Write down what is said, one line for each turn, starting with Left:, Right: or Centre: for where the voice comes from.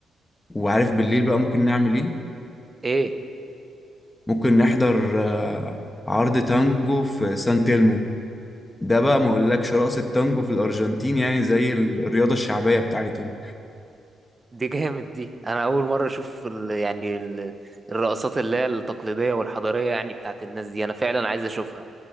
Left: وعارف بالليل بقى ممكن نعمل ايه
Right: ايه
Left: ممكن نحضر آه، عرض تانجو في سان تيلمو ده بقى ما اقولكش رقص التانجو في الارجنتين يعني زي الرياضة الشعبية بتاعتهم
Right: دي جامد دي انا اول مرة اشوف ال... يعني ال... الرقصات اللي هي التقليدية والحضارية يعني بتاعت الناس دي انا فعلا عايز اشوفها